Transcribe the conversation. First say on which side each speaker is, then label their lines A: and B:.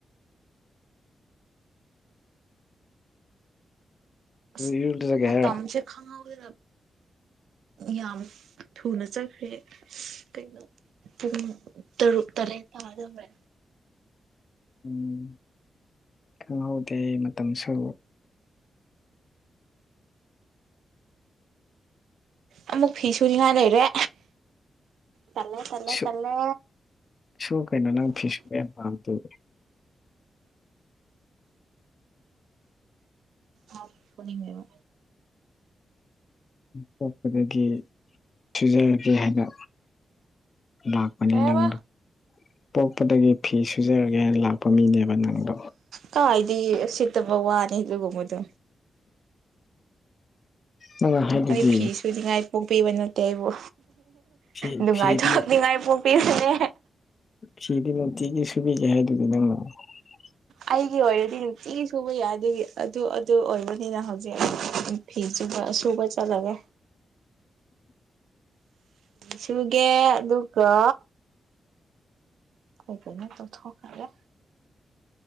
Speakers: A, on the right; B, on the left.
A: ꯑꯁ
B: ꯏꯔꯨ ꯂꯨꯖꯒꯦ
A: ꯃꯥꯇꯝ
B: ꯍꯥꯏꯔꯣ
A: ꯁꯦ ꯈꯪꯍꯧꯗꯦꯗꯥ ꯌꯥꯝ ꯊꯨꯅ ꯆꯠꯈ꯭ꯔꯦ ꯀꯩꯅꯣ ꯄꯨꯡ ꯇꯔꯨꯛ ꯇꯔꯦꯠ ꯇꯥꯗꯧꯔꯦ꯫
B: ꯎꯝ ꯈꯪꯍꯧꯗꯦ ꯃꯇꯝꯁꯨ꯫
A: ꯑꯃꯨꯛ ꯐꯤ ꯁꯨꯔꯤꯉꯥꯏ ꯂꯩꯔꯦ꯫ ꯇꯜꯂꯦ ꯇꯜꯂꯦ
B: ꯁꯨ
A: ꯇꯜꯂꯦ꯫
B: ꯁꯨ ꯀꯩꯅꯣ ꯅꯪ ꯐꯤꯁꯨ ꯌꯥꯝ ꯄꯥꯝ <unintelligible>
A: ꯑ ꯐꯨꯅꯤꯡꯉꯦꯕ
B: ꯄꯣꯛꯄꯗꯒꯤ ꯁꯨꯖꯔꯒꯦ ꯍꯥꯏꯅ꯫ ꯂꯥꯛꯄꯅꯦ
A: ꯀꯩ
B: ꯅꯪꯗ
A: ꯍꯥꯏꯕ
B: ꯄꯣꯛꯄꯗꯒꯤ ꯐꯤ ꯁꯨꯖꯔꯒꯦꯅ ꯂꯥꯛꯄ ꯂꯥꯛꯄ ꯃꯤꯅꯦꯕ ꯅꯪꯗꯣ꯫
A: ꯀꯥꯏꯗꯤ ꯑꯨꯁꯤꯠꯇꯕ ꯋꯥꯅꯤ ꯑꯗꯨꯒꯨꯝꯕꯗꯣ꯫
B: ꯎꯝ ꯎꯝ ꯅꯣꯏ ꯍꯥꯏꯕꯗꯤ
A: ꯑꯩ ꯐꯤ ꯁꯨꯅꯤꯡꯉꯥꯏ ꯄꯣꯛꯄꯤꯕ ꯅꯠꯇꯦ ꯑꯩꯕꯨ
B: ꯐꯤ
A: ꯅꯨꯡꯉꯥꯏꯊꯣꯛꯅꯤꯡꯉꯥꯏ
B: ꯐꯤꯗꯤ
A: ꯄꯣꯛꯄꯤꯕꯅꯦ
B: ꯐꯤꯗꯤ ꯅꯨꯡꯇꯤꯒꯤ ꯁꯨꯕꯤꯒꯦ ꯍꯥꯏꯗꯨꯗꯤ ꯅꯪ <inaudible>
A: ꯑꯩꯒꯤ ꯑꯣꯏꯔꯗꯤ ꯅꯨꯡꯇꯤ ꯁꯨꯕ ꯌꯥꯏ ꯑꯗꯨꯒꯤ ꯑꯗꯨ ꯑꯗꯨ ꯑꯣꯏꯕꯅꯤꯅ ꯍꯧꯖꯤꯛ ꯐꯤꯁꯨꯕ ꯁꯨꯕ ꯆꯠꯂꯒꯦ꯫
B: <inaudible>
A: ꯁꯨꯒꯦ ꯑꯗꯨꯒ ꯑꯩ ꯀꯩꯅꯣꯝ ꯇꯧꯊꯣꯛ ꯈꯔꯒꯦ